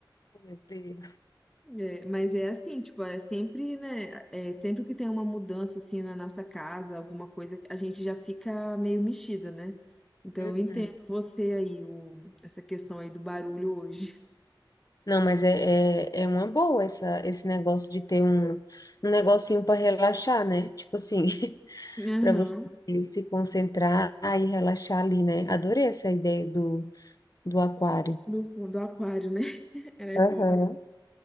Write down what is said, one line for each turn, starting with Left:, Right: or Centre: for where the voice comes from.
Left: meu Deus.
Centre: É, mas é assim, tipo, é sempre, né? É sempre que tem uma mudança, assim, na nossa casa, alguma coisa, a gente já fica meio mexida, né? Então
Left: Uhum.
Centre: eu entendo você aí, o, essa questão aí do barulho hoje.
Left: Não, mas é, é, é uma boa essa, esse negócio de ter um, um negocinho para relaxar, né? Tipo assim, <laughs>
Centre: Aham,
Left: para você se concentrar e relaxar ali, né? Adorei essa ideia do, do aquário.
Centre: do, do aquário, né? <laughs> Ela é boa.
Left: Aham.